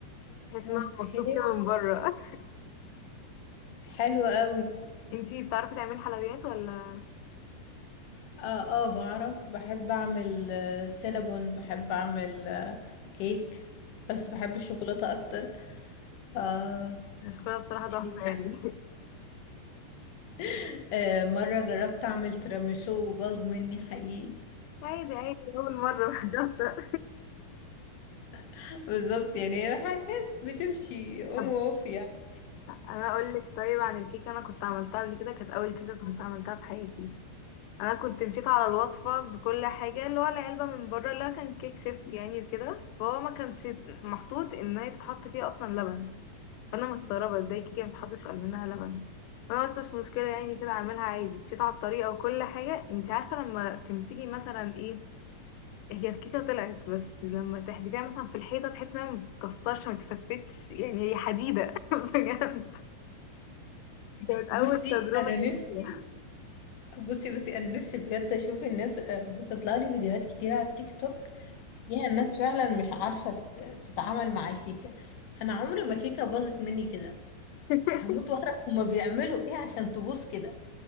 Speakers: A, on the left (about 85°); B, on the left (about 70°).
A: تحس
B: اوكي
A: إن هو مطلوب كده من بره
B: حلو قوي
A: <laughs> انتي بتعرفي تعملي حلويات ولا
B: اه اه بعرف بحب اعمل آه، سينابون بحب اعمل آه، كيك بس بحب الشوكولاتة اكتر آه
A: مش كده بصراحة تحفة
B: اني بحب
A: يعني
B: <laughs> آه مرة جربت اعمل تيراميسو وباظ مني حقيقي
A: <laughs> عادي عادي أول مرة <laughs> مش شاطرة
B: <laughs> بالظبط يعني هي حاجات بتمشي اون
A: طب
B: واوف يعني
A: أنا أقول لك طيب عن الكيكة أنا كنت عملتها قبل كده كانت أول كيكة كنت عملتها في حياتي انا كنت مشيت على الوصفه بكل حاجه اللي هو العلبه من بره اللي هو كان كيك شيف يعني وكده فهو ما كانش محطوط ان هي تتحط فيه اصلا لبن فانا مستغربه ازاي كيكه ما تحطش منها لبن فانا قلت مش مشكله يعني كده اعملها عادي مشيت على الطريقه وكل حاجه انت عارفه لما تمسكي مثلا ايه هي الكيكه طلعت بس لما تحدفيها مثلا في الحيطه تحسي انها ما بتتكسرش ما تتفتفتش يعني هي حديده <laughs> بجد كانت اول
B: بصي
A: تجربه
B: انا نفسي
A: ليا.
B: بصي بصي انا نفسي بجد اشوف الناس آه، بتطلع لي فيديوهات كتير على التيك توك فيها الناس فعلا مش عارفة تت- تتعامل مع الكيكة انا عمري ما كيكة باظت مني كده
A: <laughs>
B: هموت واعرف هما بيعملوا ايه عشان تبوظ كده